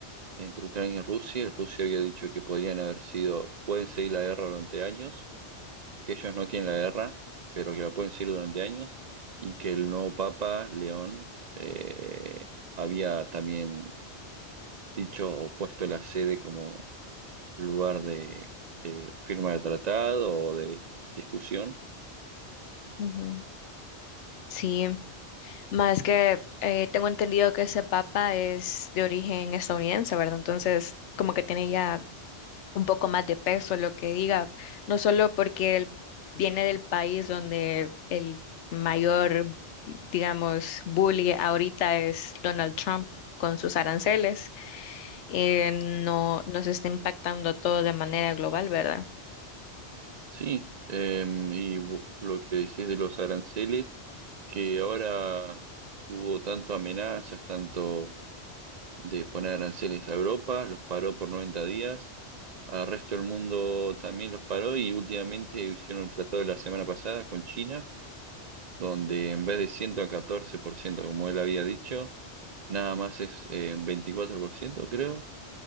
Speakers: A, on the right; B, on the left.
A: entre Ucrania y Rusia. Rusia había dicho que podrían haber sido, pueden seguir la guerra durante años que ellos no quieren la guerra, pero que la pueden seguir durante años, y que el nuevo Papa León eh, había también dicho o puesto la sede como lugar de, de firma de tratado o de discusión.
B: Ujú. Sí, más que eh, tengo entendido que ese papa es de origen estadounidense, ¿verdad? Entonces, como que tiene ya un poco más de peso lo que diga, no solo porque él viene del país donde el mayor, digamos, bully ahorita es Donald Trump con sus aranceles, eh, no nos está impactando todo de manera global, ¿verdad?
A: Sí, eh, y bu- lo que decís de los aranceles, que ahora hubo tanto amenazas, tanto de poner aranceles a Europa, los paró por 90 días Al resto del mundo también los paró y últimamente hicieron el tratado de la semana pasada con China, donde en vez de 114% como él había dicho, nada más es eh, 24%, creo,